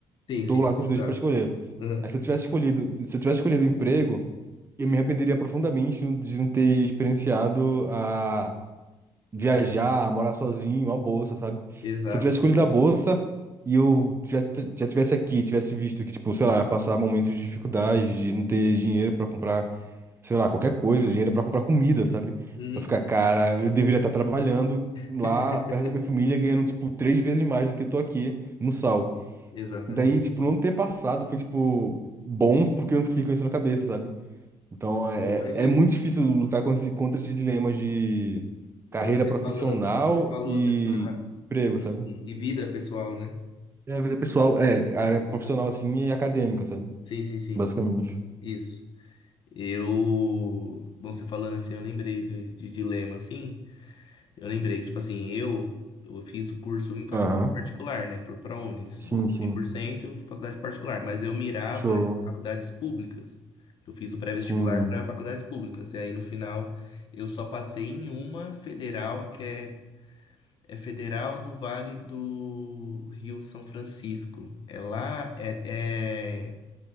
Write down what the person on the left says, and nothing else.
Sim,
sim.
Exato.
Uhum.
Exatamente.
Uhum.
<laughs>
Exatamente.
Eu imagino.
Você
falando, você falou
dessa
e,
e- e vida pessoal, né?
Exatamente.
Sim, sim, sim.
Isso. Eu, bom, você falando assim, eu lembrei de, de dilema assim. Eu lembrei que, tipo assim, eu, eu fiz o curso em faculdade
particular, né? Por ProUnis,
bolsa
cem por cento faculdade particular, mas eu mirava
em faculdades públicas. Eu fiz o pré-vestibular
para faculdades públicas. E aí, no final, eu só passei em uma federal, que é, é Federal do Vale do Rio São Francisco. É lá, é, é